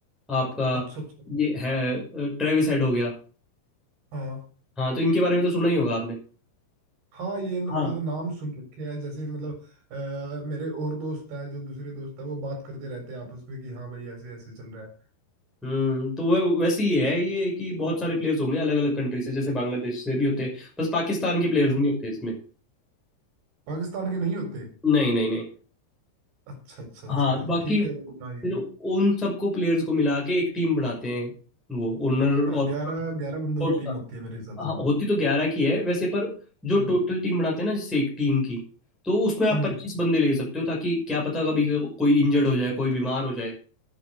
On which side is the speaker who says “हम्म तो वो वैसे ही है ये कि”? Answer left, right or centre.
Centre